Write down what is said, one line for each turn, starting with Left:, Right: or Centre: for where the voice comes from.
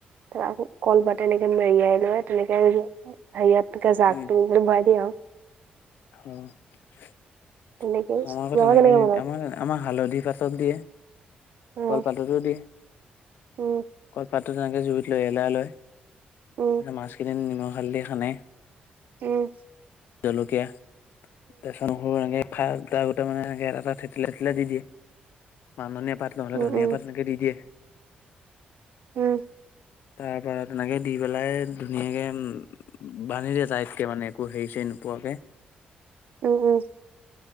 Right: আকৌ কলপাত এনেকে মেৰিয়াই লয়, তেনেকে হেৰিয়াতে জাগটো,
Left: উম
Right: মানে বৰাই দিয়ে আৰু।
Left: অ, আমাৰ
Right: তেনেকেই তোমালোকে
Left: আকৌ, যেনেকে
Right: কেনেকে
Left: নিদিয়ে,
Right: বনোৱা?
Left: আমা আমা হালধি পাতত দিয়ে,
Right: উম
Left: কলপাততো দিয়ে।
Right: উম
Left: কলপাতটো তেনেকে জুইত লেলিয়াই লয়।
Right: উম,
Left: তাৰপিছত মাছখিনি নিমখ, হালধি সানে
Right: উম,
Left: জলকীয়া, তে চাও <inaudible> মানে এনেক এটা থেতেলিয়াই, থেতেলিয়াই দি দিয়ে, মান ধনিয়া পাত নহ'লে,
Right: উম
Left: ধনিয়া
Right: উম উম
Left: পাত, এনেকে দি দিয়ে।
Right: উম,
Left: তাৰ পৰা তেনেকে দি পেলাই, ধুনীয়াকে উম, বান্ধি দিয়ে তাইতকে মানে একো হেৰি চে, নোপোৱাকে।
Right: উম, উম,